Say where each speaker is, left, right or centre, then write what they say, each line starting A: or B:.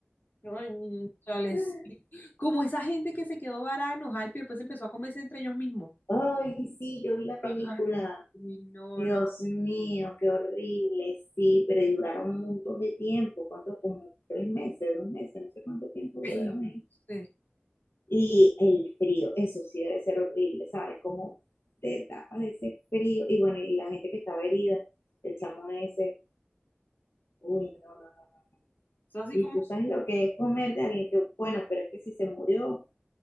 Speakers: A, on the left; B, on the left.
A: no, mm, o sea, les-
B: Netflix.
A: Como esa gente que se quedó varada en Ojalp y después empezó a comerse entre ellos mismos.
B: Ay, sí, yo vi la
A: Ay,
B: película.
A: no,
B: Dios
A: no.
B: mío, qué horrible. Sí, pero duraron un montón de tiempo. ¿Cuánto? Como tres meses, dos meses, no sé cuánto tiempo duraron
A: Ay, no
B: ahí.
A: sé.
B: Y el frío, eso sí debe ser horrible, ¿sabes? Como te tapas de ese frío. Y bueno, y la gente que estaba herida, el chamo ese. Uy, no, no, no.
A: Es así
B: Y
A: como.
B: tú sabes lo que es comer de alguien que, bueno, pero es que si se murió,